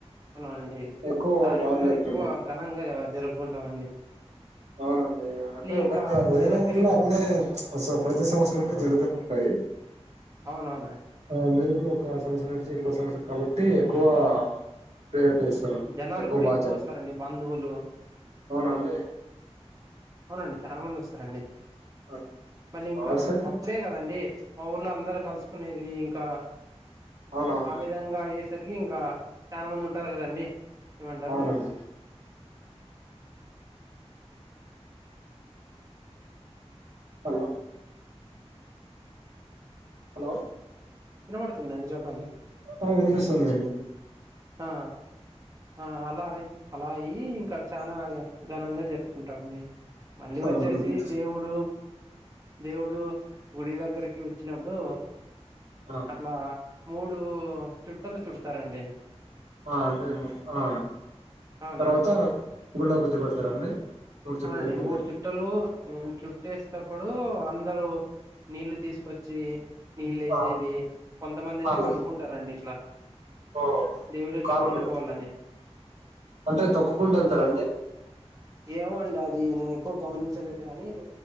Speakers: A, on the right; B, on the right.
A: అవునా అండి
B: ఎక్కువ
A: దాని
B: బాగా
A: వల్ల
B: జరుపుకుంటారు
A: ఎక్కువ ఘనంగా జరుపుకుంటమండి.
B: అవునండి అ
A: ఇంకా
B: బట్
A: గుడి
B: వేరె
A: దగ్గరి
B: ఉర్లో అన్ని స ప్రతి సంవత్సరంలో జరుగుతునెఉన్టయి ఎ
A: అవున
B: ఆ నేర్లు ఒక సంవత్సరం నుంచి ఇంకో సంవత్సరం కాబట్టి ఎక్కువ ప్రేయర్ టేస్ ఆ
A: జనాలు
B: ఎక్కువ
A: కూడా
B: బాగా జరుగ్
A: వస్తారండి బంధువులు
B: అవునా అండి
A: అవునండి చాలా మంది వస్తరండి
B: ఆ,
A: మళ్ళీ
B: మా
A: ఇంకా
B: ఊరు సైడ్
A: అప్పుడే కదండి ఆ ఊర్లో అందరు కలుసుకునేది ఇంకా
B: అవునవును
A: ఆ విధంగా ఏస్ సరికి ఇంకా చాలా మంది ఉంటారు కదండి ఏమంటరూ
B: అవునండి హలొ హలో
A: వినబడుతుందండి చెప్పండి
B: అ వినిపిస్తుందండి
A: ఆ ఆ అలా అయి అలా అయి ఇంకా చనా ఘనంగా జరుపు కుంటాంమండి మళ్ళీ
B: అవునండి.
A: వచ్చేసి దేవుడు దేవుడు గుడి దగ్గరికి వచ్చినప్పుడు
B: ఆ
A: అట్లా మూడు చుట్టలు చుడతారండి
B: ఆ అంటేమో ఆ
A: అవునండి
B: తర్వాత గుళ్ళో కూర్చోబెడతారండి మూడు చుట్టాలు
A: అవునండి
B: తిరిగి
A: మూడు చుట్టలు మ్ చుట్టేస్తప్పుడు అందరూ నీళ్ళు తీసుకొచ్చి నీళ్లేసేది
B: ఆ
A: కొంతమంది
B: కాలు
A: అయితే పనుకుంటారండి ఇట్లా
B: ఓ
A: దేవుడు ఇట్లా
B: కాలొకటి
A: పైన పోవాలనే
B: అంటే తోక్కుకుంట వెళ్తారండి
A: ఏమో అండి అది నేను ఎక్కువ గమనించలేదు గాని